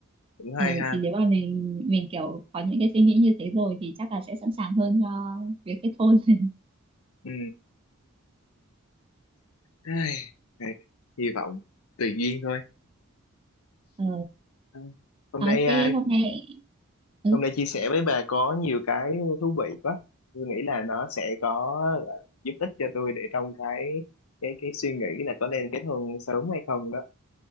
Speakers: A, on the left; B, on the right.
A: cũng hay
B: Ờ,
A: ha
B: thì nếu mà mình mình kiểu có những cái suy nghĩ như thế rồi thì chắc là sẽ sẵn sàng hơn cho việc kết hôn. <laughs>
A: ừ. Ai, ai, hy vọng tùy duyên thôi
B: Ờ,
A: Ừ. Hôm
B: đó
A: nay
B: thế
A: à,
B: hôm nay ừ,
A: hôm nay chia sẻ với bà có nhiều cái thú vị quá. Tôi nghĩ là nó sẽ có gọi là giúp ích cho tôi để trong cái cái cái suy nghĩ là có nên kết hôn sớm hay không đó.